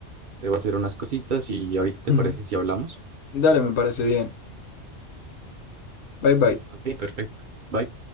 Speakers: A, on the right; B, on the left.
A: Debo hacer unas cositas y ahorita te
B: Ujú.
A: parece si hablamos.
B: Dale, me parece bien. Bye bye.
A: Ok, perfecto. Bye.